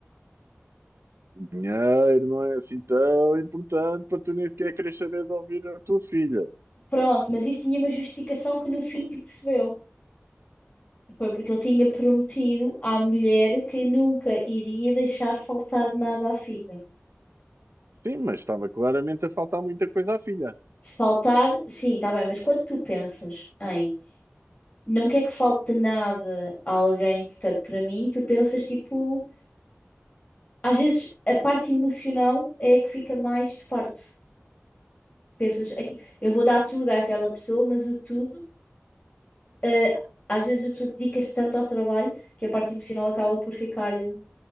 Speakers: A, on the right (about 65°); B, on the left (about 35°).
A: O dinheiro não é assim tão importante para tu nem sequer querer saber de ouvir a tua filha.
B: Pronto, mas isso tinha uma justificação que no fim se percebeu. Foi porque ele tinha prometido à mulher que nunca iria deixar faltar nada à filha.
A: Sim, mas estava claramente a faltar muita coisa à filha.
B: Faltar, sim, está bem, mas quando tu pensas em não quer que falte nada a alguém, portanto, para mim, tu pensas tipo, às vezes a parte emocional é a que fica mais de parte. Pensas, "Ai, eu vou dar tudo àquela pessoa, mas o tudo, eh, às vezes a pessoa dedica-se tanto ao trabalho que a parte emocional acaba por ficar. hum,